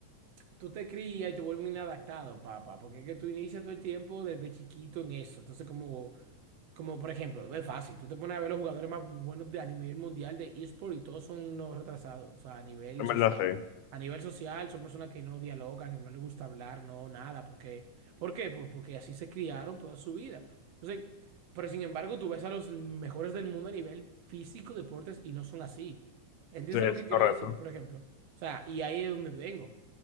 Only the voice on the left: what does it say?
en
verdad sí,
sí, es
correcto.